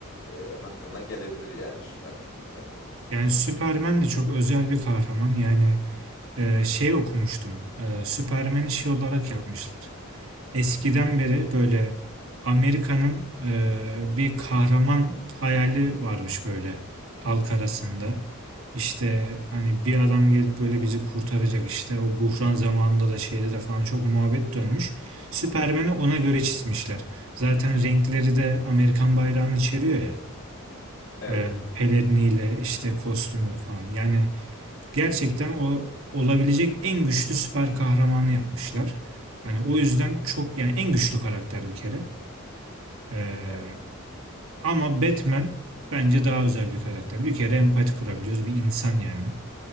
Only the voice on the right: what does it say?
Yani Superman de çok özel bir kahraman. Yani e, şey okumuştum. E, Superman'i şey olarak yapmışlar. Eskiden beri böyle Amerika'nın e, bir kahraman hayali varmış böyle halk arasında. İşte hani bir adam gelip böyle bizi kurtaracak işte o buhran zamanında da şeyde de falan çok muhabbet dönmüş. Süpermen'i ona göre çizmişler. Zaten renkleri de Amerikan bayrağını içeriyor ya.
E, peleriniyle işte kostümü falan. Yani gerçekten o olabilecek en güçlü süper kahramanı yapmışlar. Hani o yüzden çok yani en güçlü karakter bir kere. Ee,
ama Batman bence daha özel bir karakter. Bir kere empati kurabiliyoruz. Bir insan yani.